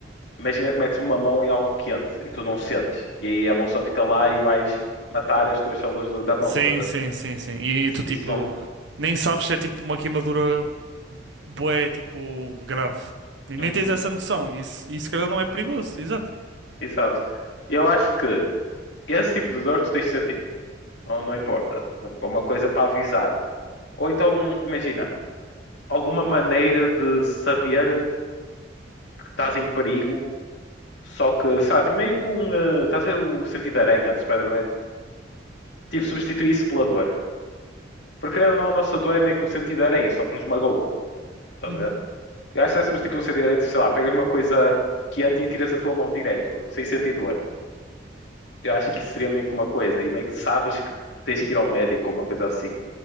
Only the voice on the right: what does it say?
Sim,
sim, sim, sim. E
tu, tipo,
nem sabes se é tipo uma queimadura bué, tipo, grave. Nem,
nem tens essa noção. Isso, isso, se calhar, não é perigoso, exato.
Uhum.